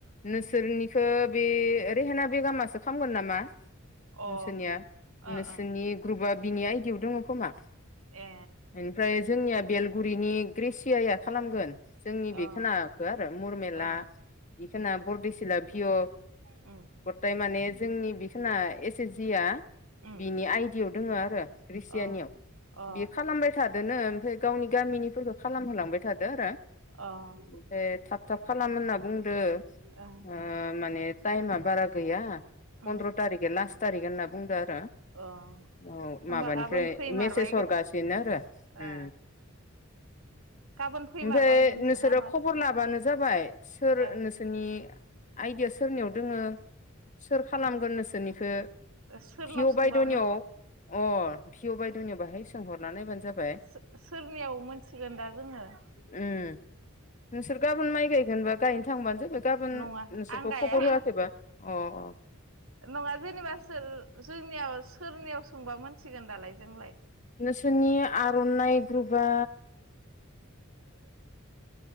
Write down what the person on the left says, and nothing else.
नोंसोरनिखो बे रेहेना बेगामासो खामगोन नामा?
नोंसोरनिया
नोंसोरनि ग्रुपआ बिनि आयदियाव दंङो खोमा
ओमफ्राय जोंनिया बेलगुरिनि ग्रेसिया या खालामगोन जोंनि
बेखोनाखो आरो मुरमेला
बेखोना बरदेसिला भिय'
गताय माने जोंनि बिखोना एस एस जि आ
बिनि आइडिआव दोङो आरो रिसियानियाव
बियो खालामबाय थादोनो ओमफ्राय गावनि गामिनिफोरखौ खालामहोलांबाय थादो आरो
ओमफ्राय थाब थाब खालाम होनना बुंदो
ओ माने टाइमा बारा गैया। पन्द्र'
थारिगै लास्ट थारिग होनना बुंदों आरो
औ माबानिफ्राय
मेसेज हरगासिनो आरो उम
ओमफ्राय नोंसोरो
खबर लाबानो जाबाय सोर
नोंस सोरनि आइदिया सोरनियाव दोङो सोर खालामगोन नोंसोरनिखो
भिअ
बायद'नियाव अ भिअ बायद'नियाव बाहाय सोंहरना नायबानो जाबाय।
उम नोंसोर गाबोन माइ गायगोनबा गायनो थांबानो जाबाय। गाबोन
नोंसोरखौ
खबर होआखैबा अ अ
नोंसोरनि आर'नाइ ग्रुपआ